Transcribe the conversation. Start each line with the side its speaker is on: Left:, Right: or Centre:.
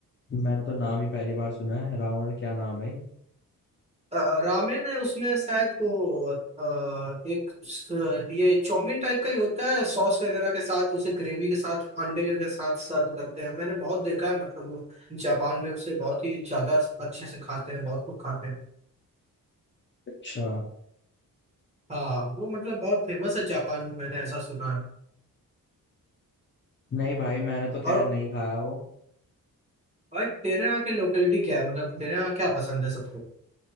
Left: मैंने तो नाम ही पहली बार सुना है रावण क्या नाम है
Right: अ, रामेन है उसमें शायद वो अ, एक स- ये चाउमीन टाइप का ही होता है सॉस वगैरह के साथ उसे ग्रेवी के साथ अंडे के के साथ सर्व करते हैं मैंने बहुत देखा है मतलब वो जापान में उसे बहुत ही ज्यादा अच्छे से खाते हैं बहुत लोग खाते हैं
Left: अच्छा
Right: हाँ वो मतलब बहुत फेमस है जापान में मैंने ऐसा सुना है
Left: नहीं भाई मैंने तो खैर
Right: और
Left: नहीं खाया वो
Right: भाई तेरे यहाँ की लोकेलिटी क्या है मतलब तेरे यहाँ क्या पसंद है सबको